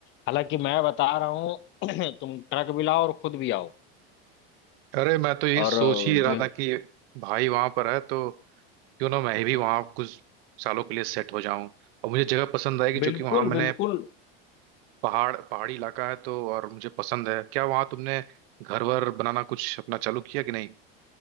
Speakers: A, on the left; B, on the right.
A: हालांकि मैं बता रहा हूँ <clears throat> तुम ट्रक भी लाओ और खुद भी आओ
B: अरे मैं तो यही
A: और
B: सोच
A: अ,
B: ही रहा
A: जो
B: था कि भाई वहां पर है तो क्यों ना मैं भी वहां कुछ सालों के लिए सेट हो जाऊं और मुझे जगह पसंद आएगी क्योंकि
A: बिल्कुल
B: वहां मैंने
A: बिल्कुल
B: पहाड़ पहाड़ी इलाका है तो और मुझे पसंद है क्या वहां तुमने घर वर बनाना कुछ अपना चालू किया कि नहीं